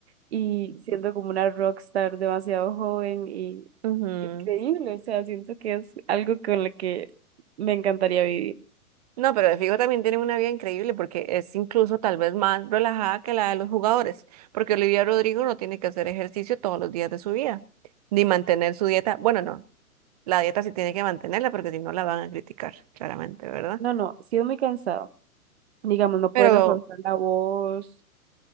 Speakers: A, on the right; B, on the right.
A: y siendo como una rockstar demasiado joven y
B: ujú.
A: increíble, o sea, siento que es algo con lo que me encantaría vivir.
B: No, pero de fijo también tienen una vida increíble porque es incluso tal vez más relajada que la de los jugadores, porque Olivia Rodrigo no tiene que hacer ejercicio todos los días de su vida, ni mantener su dieta. Bueno, no, la dieta sí tiene que mantenerla porque si no la van a criticar, claramente, ¿verdad?
A: No, no, sí es muy cansado. Digamos, no
B: Pero...
A: pueden esforzar la voz,